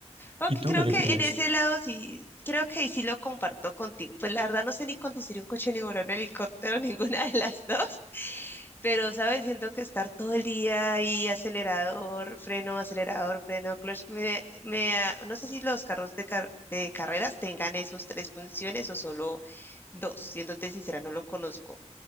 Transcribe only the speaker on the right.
¿Y tú
qué elegirías?